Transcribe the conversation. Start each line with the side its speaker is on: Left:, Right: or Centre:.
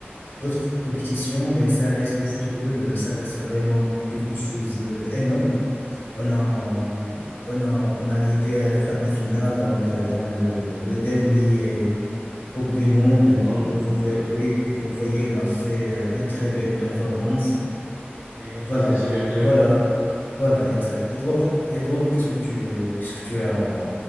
Left: d'autres compétitions, mais ça reste le football, euh, ça reste vraiment quelque chose d'énorme. On a,
Right: mhm.
Left: on a, on est arrivé à quart de finale, donc, euh, dans le, le dernier. Coupe
Right: La
Left: du
Right: dernière
Left: Monde.
Right: Coupe du
Left: Donc,
Right: Monde.
Left: comme vous, voy-
Right: Oui,
Left: oui, comme vous voyez, on a fait euh, une très belle performance.
Right: oui,
Left: Voilà,
Right: ça c'est sûr. J'ai-
Left: voilà, voilà,
Right: mhm.
Left: exact. Et toi, et toi, qu'est-ce que tu, euh, qu'est-ce que tu as euh,